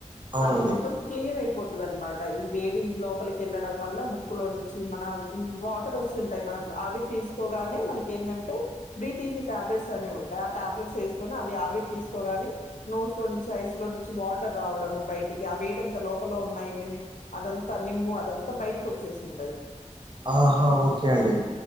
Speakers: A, on the right; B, on the left.
A: అవునండి.
B: అది మొత్తం క్లియర్ అయిపోతది అనమాట ఈ వేడి లోపలికి ఎళ్ళడం వల్ల ముక్కులో నుంచి మన ఉమ్ వా టర్ వస్తుంటాయి మనం అవి తీసుకోగానే మనకి ఏందంటే బ్రీత్ ఈజీ టాబ్లెట్స్ అనేవి ఉంటాయి ఆ టాబ్లెట్స్ ఏసుకొని అవి ఆవిరి తీసుకోగానే నోస్ లో నుంచి ఐస్ లో నుంచి వాటర్ రావడము బయటికి అ వేడంతా లోపల ఉన్నా ఇమ్యూ అదంతా నిమ్ము అదంతా బయటకు వచ్చేసి ఉంటది
A: ఆహా ఓకే అండి